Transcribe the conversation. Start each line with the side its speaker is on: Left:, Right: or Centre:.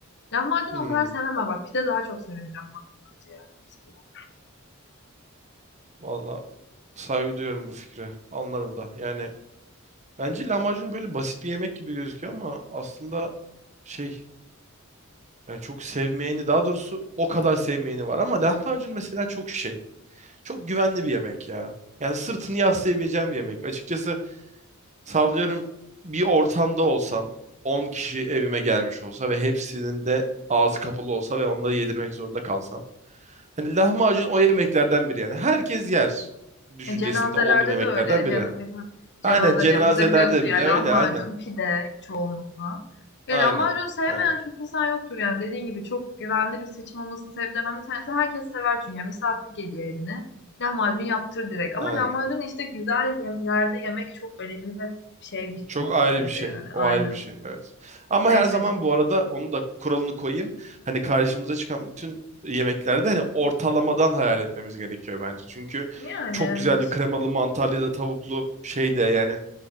Left: Lahmacun
Right: Hmm.
Left: o kadar sevmem ama bak pide daha çok severim lahmacun yani mesela.
Right: Valla saygı duyuyorum bu fikre. Anlarım da. Yani bence lahmacun böyle basit bir yemek gibi gözüküyor ama aslında şey yani çok sevmeyeni daha doğrusu o kadar sevmeyeni var ama lahmacun mesela çok şey. Çok güvenli bir yemek ya. Yani sırtını yaslayabileceğim bir yemek. Açıkçası sallıyorum bir ortamda olsam 10 kişi evime gelmiş olsa ve hepsinin de ağzı kapalı olsa ve onları yedirmek zorunda kalsam. Hani lahmacun o yemeklerden biri yani. Herkes yer düşüncesinde
Left: E, cenazelerde
Right: olduğum yemeklerden
Left: de öyle.
Right: biri.
Left: Cena- bizim cenazelerimizde
Right: Aynen cenazelerde
Left: biliyorsun
Right: bile
Left: yani
Right: öyle
Left: lahmacun,
Right: aynen.
Left: pide çoğunlukla. E,
Right: Aynen.
Left: lahmacun sevmeyen
Right: Aynen.
Left: çok insan yoktur yani. Dediğin gibi çok güvenli bir seçim olmasının sebeplerinden bir tanesi herkes sever çünkü. Yani misafir geliyor evine. Lahmacun yaptır direkt. Ama
Right: Aynen.
Left: lahmacun işte güzel ye- yerde yemek çok önemli ve şey bir
Right: Çok
Left: nokta
Right: ayrı
Left: bence
Right: bir şey.
Left: yani.
Right: O
Left: Aynen.
Right: ayrı bir şey. Evet. Ama
Left: Neyse.
Right: her zaman bu arada onu da kuralını koyayım. Hani karşımıza çıkan bütün yemeklerde hani ortalamadan hayal etmemiz gerekiyor bence. Çünkü
Left: Yani
Right: çok
Left: evet.
Right: güzel bir kremalı mantarlı ya da tavuklu şey de yani